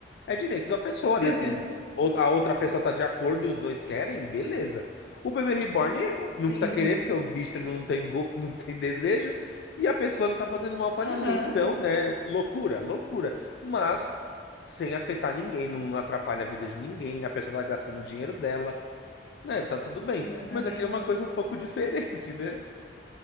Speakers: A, on the left; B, on the left.
A: É direito da pessoa, né?
B: <laughs>
A: Se ou- a outra pessoa tá de acordo e os dois querem, beleza. O bebê reborn eh, o- não
B: Sim.
A: precisa querer, porque o bicho não tem, go- <laughs> não tem desejo, e a pessoa não tá fazendo mal pra
B: Aham.
A: ninguém. Então, né? Loucura, loucura. Mas sem afetar ninguém, não atrapalha a vida de ninguém, a pessoa tá gastando o dinheiro dela, né? Tá tudo bem.
B: Exatamente.
A: Mas aqui é uma coisa um pouco <laughs> diferente, né?